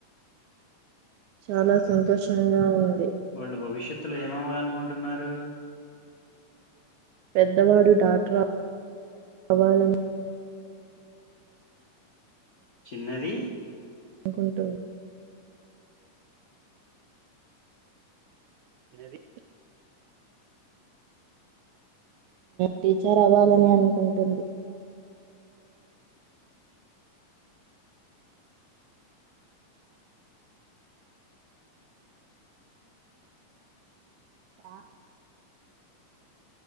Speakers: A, on the right; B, on the left.
A: చాలా సంతోషంగా ఉ
B: వాళ్ళు భవిష్యత్తులో ఏమవ్వాలనుకుంటున్నారు
A: పెద్దవాడు డాక్టర్ కావాలని
B: చిన్నది
A: అనుకుంటు చిన్నది టీచర్ అవ్వాలని అనుకుంటుంది ఆ